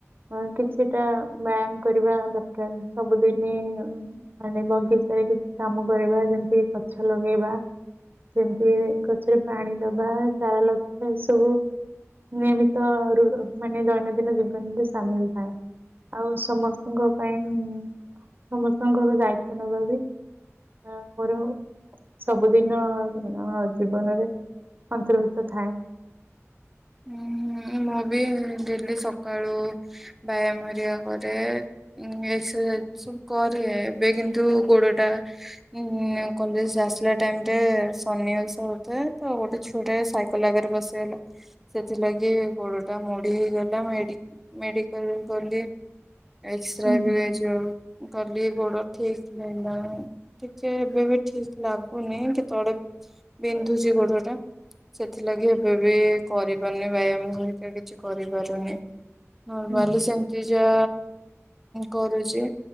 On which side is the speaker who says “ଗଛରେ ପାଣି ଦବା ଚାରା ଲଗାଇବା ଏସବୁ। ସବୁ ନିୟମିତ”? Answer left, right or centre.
Right